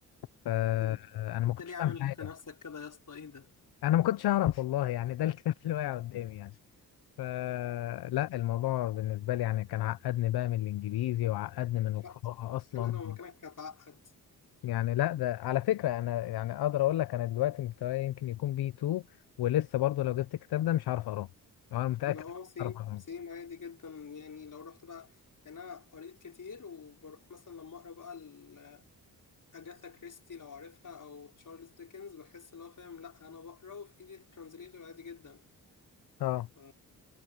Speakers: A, on the left; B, on the left.
A: فأنا
B: طب انت
A: ما كنتش
B: ليه
A: فاهم
B: عامل
A: حاجة
B: في نفسك كده يا اسطى ايه ده
A: أنا ما كنتش أعرف والله يعني ده الكتاب اللي واقع قدامي يعني فلا الموضوع بالنسبة لي يعني كان عقدني بقى من الإنجليزي وعقدني من القراءة
B: لا،
A: أصلا
B: انا لو مكانك هتعقد
A: يعني لا ده على فكرة أنا يعني أقدر أقول لك أنا دلوقتي مستواي يمكن يكون بي 2 ولسه برضه لو جبت الكتاب ده مش هعرف أقراه أنا متأكد
B: انا اه
A: مش
B: سيم
A: هعرف أقراه
B: سيم عادي جدا يعني لو رحت بقى يعني انا قريت كتير وبروح مثلا لما اقرا بقى ال- اجاثا كريستي لو عارفها او تشارلز ديكنز بحس اللي هو فاهم لا انا بقرا وفي ايدي الترانزليتور عادي جدا
A: أه
B: ف